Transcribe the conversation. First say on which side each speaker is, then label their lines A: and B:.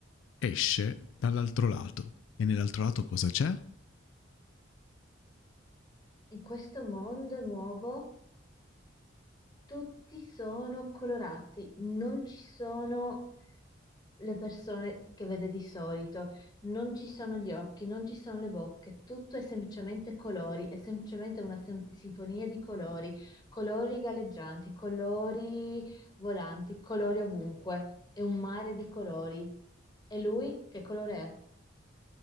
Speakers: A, on the left (about 80°); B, on the left (about 20°).
A: esce dall'altro lato. E nell'altro lato cosa c'è?
B: In questo mondo nuovo tutti sono colorati, non ci sono le persone che vede di solito, non ci sono gli occhi, non ci sono le bocche, tutto è semplicemente colori, è semplicemente una sem- sinfonia di colori, colori galleggianti, colori volanti, colori ovunque, è un mare di colori. E lui che colore è?